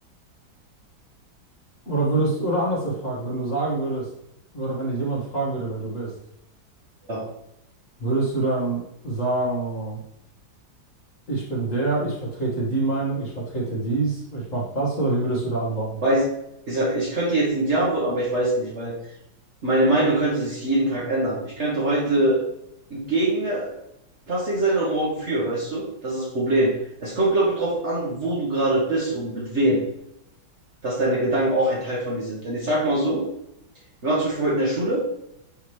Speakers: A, on the left; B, on the right.
A: Oder würdest, oder anders gefragt, wenn du sagen würdest, oder wenn dich jemand fragen würde, wer du bist,
B: Ja,
A: würdest du dann sagen, ich bin der, ich vertrete die Meinung, ich vertrete dies, ich mache das, oder wie würdest du da antworten?
B: weiß, ich, sag, ich könnte jetzt nicht Ja antworten, aber ich weiß nicht, weil meine Meinung könnte sich jeden Tag ändern. Ich könnte heute gegen äh, Plastik sein und morgen für, weißt du? Das ist das Problem. Es kommt, glaube ich, drauf an, wo du gerade bist und mit wem, dass deine Gedanken auch ein Teil von dir sind. Denn ich sag mal so, wir waren zum Beispiel heute in der Schule.